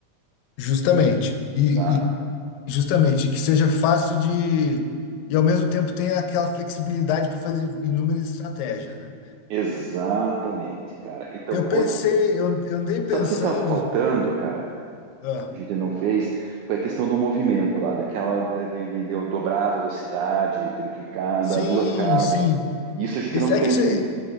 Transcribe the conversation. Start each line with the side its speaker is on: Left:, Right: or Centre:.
Left: Justamente. E,
Right: tá?
Left: e justamente que seja fácil de. E ao mesmo tempo tenha aquela flexibilidade para fazer inúmeras estratégias, né?
Right: Exatamente, cara. Então,
Left: Eu
Right: o-
Left: pensei, eu, eu andei pensando.
Right: sabe o que está faltando, cara?
Left: ah,
Right: A gente não fez. Foi a questão do movimento lá, daquela da- de, de- de eu dobrar a velocidade, triplicar,
Left: sim,
Right: andar duas casas.
Left: sim.
Right: Isso a gente
Left: Isso,
Right: não fez
Left: é que isso. é,
Right: ainda.